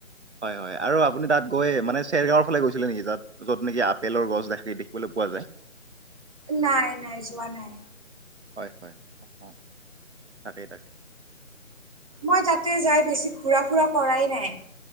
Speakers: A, on the right (about 55°); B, on the right (about 25°).
A: হয়, হয় আৰু আপুনি তাত গৈ মানে চেৰগাঁৱৰ ফালে গৈছিলে নেকি তাত? য'ত নেকি আপেলৰ গছ, সেই দেখিবলৈ পোৱা যায়।
B: নাই, নাই, যোৱা নাই।
A: হয়, হয়, অহ, তাকেই তাকে।
B: মই তাতে যাই বেছি ঘূৰা-ফূৰা কৰাই নাই।